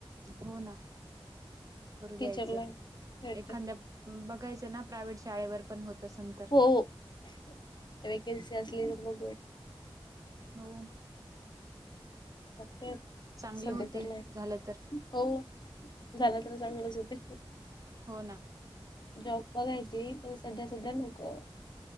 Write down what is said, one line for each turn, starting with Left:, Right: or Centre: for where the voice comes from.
Right: हो ना करू द्यायच
Left: टीचरला भेटते
Right: एखाद्यां. बघायच ना प्रायव्हेट शाळेवर पण होत असल तं.
Left: हो वेकन्सी असली तर बघूया.
Right: हो.
Left: पत्ते
Right: चांगले
Left: सध्या
Right: होते
Left: तर नाही
Right: झालं तर
Left: हो. झाल तर चांगलच होते.
Right: हो ना.
Left: जॉब बघायची पण सध्या सध्या नको.